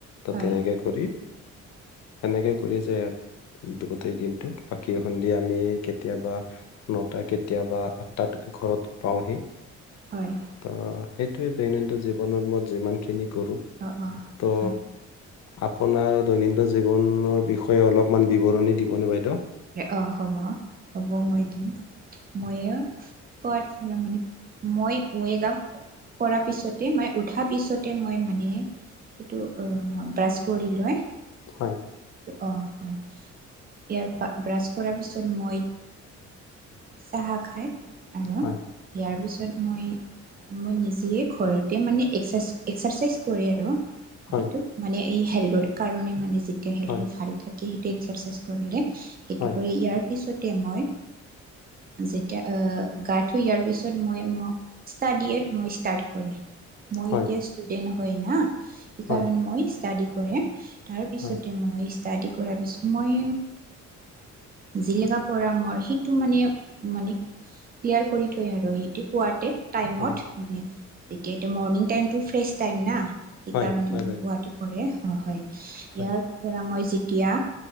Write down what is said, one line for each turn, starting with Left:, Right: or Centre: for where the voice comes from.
Left: ত
Right: হয়,
Left: তেনেকে কৰি সেনেকে কৰি যায় ইয়াত গোটেই দিনটো বাকী সন্ধিয়া আমি কেতিয়াবা নটা কেতিয়াবা আঠটাত ঘৰত পাওঁহি।
Right: হয়।
Left: ত সেইটোৱে দৈনন্দিন জীৱনত মই যিমানখিনি কৰোঁ।
Right: অ' অ'
Left: ত
Right: হয়,
Left: আপোনাৰ দৈনন্দিন জীৱনৰ বিষয়ে কৈ অলপমান বিৱৰণী দিবনে বাইদেউ?
Right: অঁ হ'ব হ'ব মই দিম। মইে প মানে মই ৱগ <unintelligible> কৰাৰ পিছতে মই উঠা পিছতে মই মানে এইটোই ব্ৰাছ কৰি লৈ
Left: হয়।
Right: অ' হয়। ইয়াৰ ব্ৰাছ কৰাৰ পিছত মই চাহ খায় আৰু
Left: হয়
Right: ইয়াৰ পিছত মই মই নিজে ঘৰতে মানে এক্সাৰ এক্সাৰচাইজ কৰে আৰু
Left: হয়
Right: সেইটো মানে এই হেল্থৰ কাৰণে মানে যেতিয়া হেল্থটো
Left: হয়
Right: ভাৰি থাকে সেইটো এক্সাৰচাইজ কৰিলে সেইটো
Left: হয়
Right: কৰি ইয়াৰ পিছতে মই যেতিয়া আহ গা- ধুই অহাৰ পিছত মই মোক ষ্টাডিয় মই ষ্টাৰ্ট কৰে। মই
Left: হয়
Right: এতিয়া ষ্টুডেন্ট হয় না সেই
Left: হয়
Right: কাৰণে মই স্তাডি কৰে তাৰ পিছতে
Left: হয়
Right: মই ষ্টাডি কৰাৰ পিছত মই যিলকা পৰাঢ় মোৰ সেইটো মানে মানে ক্লিয়াৰ কৰি থৈ আৰু সেইটো পোৱাতে টাইমত
Left: হয়
Right: মানে এতিয়া এতিয়া মৰ্ণিং টাইমটো ফ্ৰেছ টাইম না সেইকাৰণে
Left: হয় হয়
Right: মই
Left: বাইদেউ
Right: পোৱাত কৰে হয় ইয়াৰ
Left: হয়
Right: পৰা মই জতিয়া